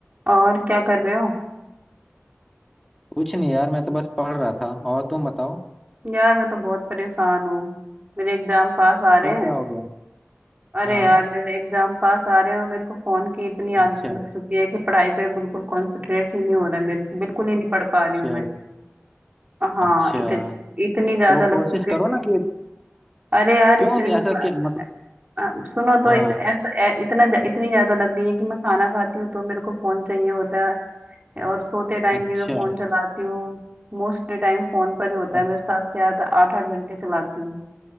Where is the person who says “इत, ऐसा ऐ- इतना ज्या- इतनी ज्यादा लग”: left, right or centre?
Right